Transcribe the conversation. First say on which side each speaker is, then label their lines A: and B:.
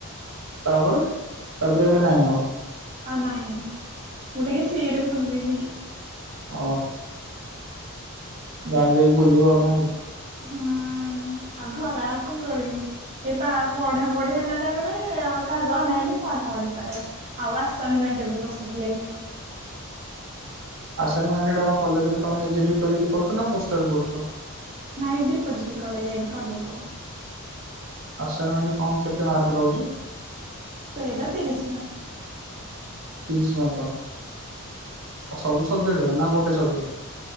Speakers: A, on the right; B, on the right.
A: ତାପରେ, ତାପରେ ଏବେ ନାଇଁ ଆଉ?
B: ଆଉ ନାହିଁ ମୁଁ ଟିକେ ଫ୍ରୀରେ ବୁଲିବି।
A: ଅ। ଗାଁକୁ ଯାଇକି ବୁଲିବ ନାକି?
B: ହଁ ଆଉ ଘରେ ଆଉ କଣ କରିବି। ଏ ପା ପଢାପଢି ହେଲା ଟାଇମିରେ ଆଉ କାହାକୁ ଅନାଏନି ପଢାପଢ଼ି କରେ। ଆଉ ଆସାଇନମେଣ୍ଟ୍ ବସିକି ଲେଖେ।
A: ଆସାଇନମେଣ୍ଟ୍ କଲେଜେରେ ତମେ ନିଜେ ଡିପୋଜିଟ୍ କରୁଚ ନା ପୋଷ୍ଟାଲରେ କରୁଚ?
B: ନାଇଁ ଡିପୋଜିଟି କରେ ଯାଇକି କଲେଜେରେ।
A: ଆସାଇନମେଣ୍ଟ୍ କଣ କେତେ ମାର୍କ ରହୁଚି?
B: ସେଇଟା ତିରିିଶି ମାର୍କ।
A: ତିରିଶି ମାର୍କ ସବୁ ସବଜେକ୍ଟ ର ନା ଗୋଟେ ସବଜେକ୍ଟ?